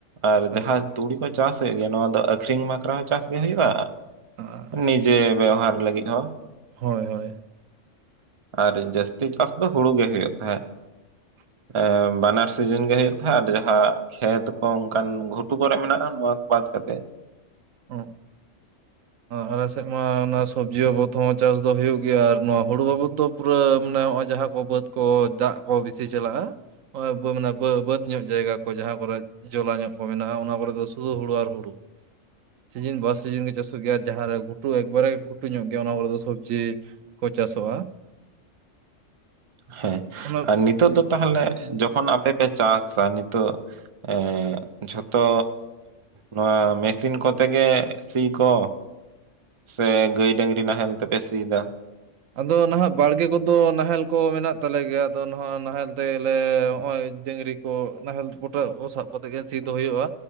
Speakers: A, on the right; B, on the right.
A: ᱟᱨ ᱡᱟᱦᱟᱸ
B: ᱟᱪᱪᱷᱟ
A: ᱛᱩᱲᱤ ᱠᱚ ᱪᱟᱥ ᱦᱩᱭᱩᱜ ᱜᱮᱭᱟ ᱱᱚᱶᱟ ᱫᱚ ᱟᱠᱷᱨᱤᱧ ᱵᱟᱠᱷᱨᱟ ᱦᱚᱸ ᱪᱟᱥᱜᱮ ᱦᱩᱭᱩᱜᱼᱟ᱾
B: ᱟᱪᱪᱷᱟ,
A: ᱱᱤᱡᱮ ᱵᱮᱣᱦᱟᱨ ᱞᱟᱹᱜᱤᱫ ᱦᱚᱸ
B: ᱦᱳᱭ ᱦᱳᱭ
A: ᱟᱨ ᱡᱟᱹᱥᱛᱤ ᱪᱟᱥ ᱫᱚ ᱦᱩᱲᱩ ᱜᱮ ᱦᱩᱭᱩᱜ ᱛᱟᱦᱮᱸᱫ ᱾ ᱮᱸ ᱵᱟᱱᱟᱨᱼᱼ ᱥᱤᱡᱤᱱ ᱜᱮ ᱦᱩᱭᱩᱜ ᱛᱟᱦᱮᱸ ᱟᱨ ᱡᱟᱦᱟᱸ ᱠᱷᱮᱛ ᱠᱚ ᱚᱱᱠᱟᱱ ᱜᱷᱩᱴᱩ ᱠᱚᱨᱮ ᱢᱮᱱᱟᱜᱼᱟ, ᱱᱚᱣᱟ ᱠᱚ ᱵᱟᱫ ᱠᱟᱛᱮᱜᱼᱼ
B: ᱦᱸ ᱟᱞᱮ ᱥᱮᱫ ᱢᱟ ᱚᱱᱟ ᱥᱚᱵᱡᱤ ᱵᱟᱵᱚᱛ ᱦᱚᱸ ᱪᱟᱥ ᱫᱚ ᱦᱩᱭᱩᱜ ᱜᱮᱭᱟ ᱟᱨ ᱱᱚᱣᱟ ᱦᱩᱲᱩ ᱵᱟᱵᱚᱫ ᱫᱚᱼᱼ ᱯᱩᱨᱟᱹ ᱢᱟᱱᱮ ᱱᱚᱜᱼᱚᱭ ᱡᱟᱦᱟᱸ ᱠᱚ ᱵᱟᱹᱫᱽ ᱠᱚ ᱫᱟᱜ ᱠᱚ ᱵᱤᱥᱤ ᱪᱟᱞᱟᱜᱼᱟ᱾ ᱱᱚᱜᱼᱚᱭ ᱢᱟᱱᱮ ᱵᱟᱹᱼᱵᱟᱹᱫᱽ ᱧᱚᱜ ᱡᱟᱭᱜᱟ ᱠᱚ ᱡᱟᱦᱟᱸ ᱠᱚᱨᱮᱼᱼ ᱡᱚᱞᱟ ᱧᱚᱜ ᱠᱚ ᱢᱮᱱᱟᱜᱼᱟ ᱾ ᱚᱱᱟ ᱠᱚᱨᱮ ᱫᱚ ᱥᱩᱫᱩ ᱦᱩᱲᱩ ᱟᱨ ᱦᱩᱲᱩ ᱥᱤᱡᱤᱱ ᱵᱟᱨ ᱥᱤᱡᱤᱱ ᱜᱮ ᱪᱟᱥᱼᱼ ᱦᱩᱭᱩᱜ ᱜᱮᱭᱟ ᱡᱟᱦᱟᱸᱨᱮ ᱜᱷᱩᱴᱩ ᱮᱠᱵᱟᱨᱮ ᱜᱷᱩᱴᱩ ᱧᱚᱜ ᱜᱮᱭᱟ ᱚᱱᱟ ᱠᱚᱨᱮ ᱫᱚ ᱥᱚᱵᱽᱡᱤ ᱠᱚ ᱪᱟᱥᱚᱜᱼᱟ᱾
A: ᱦᱮᱸ
B: ᱚᱱᱟ
A: ᱟᱨ ᱱᱤᱛᱚᱜ ᱫᱚ ᱛᱟᱦᱚᱞᱮ ᱡᱚᱠᱷᱚᱱ ᱟᱯᱮ ᱯᱮ ᱪᱟᱥᱟ ᱱᱤᱛᱚᱜᱼᱼ ᱮᱸ ᱡᱷᱚᱛᱚ ᱱᱚᱣᱟ ᱢᱮᱥᱤᱱ ᱠᱚᱛᱮᱜ ᱜᱮ ᱥᱤ ᱠᱚ ᱥᱮ ᱜᱟᱹᱭ ᱰᱟᱝᱨᱤ ᱱᱟᱦᱮᱞ ᱛᱮᱯᱮ ᱥᱤᱭ ᱠᱟᱜ
B: ᱟᱫᱚ ᱱᱟᱦᱟᱜ ᱵᱟᱲᱜᱮ ᱠᱚᱫᱚ ᱱᱟᱦᱮᱞ ᱠᱚ ᱢᱮᱱᱟᱜ ᱛᱟᱞᱮ ᱜᱮᱭᱟ ᱟᱫᱚ ᱱᱚᱣᱟᱦᱟᱜ ᱱᱟᱦᱮᱞ ᱛᱮᱜᱞᱮ ᱱᱚᱜᱼᱚᱭ ᱰᱟᱝᱨᱤᱼᱼ ᱠᱚ ᱱᱟᱦᱮᱞ ᱯᱚᱴᱟᱹ ᱠᱚ ᱥᱟᱵ ᱠᱟᱛᱮᱜ ᱜᱮ ᱪᱤᱫ ᱫᱚ ᱦᱩᱭᱩᱜᱼᱟ᱾